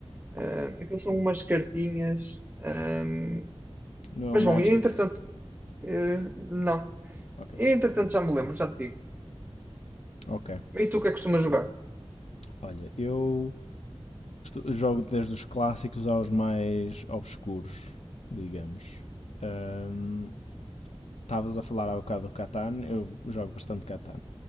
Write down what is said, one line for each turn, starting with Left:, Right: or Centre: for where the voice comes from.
Right: Uh, aquilo são
Left: Hum.
Right: umas cartinhas. ahm,
Left: Não é
Right: mas
Left: o Magic?
Right: bom, e entretanto, eh, não.
Left: Ok.
Right: E entretanto já me lembro, já te digo.
Left: Ok.
Right: E tu o que é que costumas jogar?
Left: Olha, eu Jogo desde os clássicos aos mais obscuros, digamos. Ahm, Estavas um, a falar há bocado do Catan, eu jogo bastante Catan.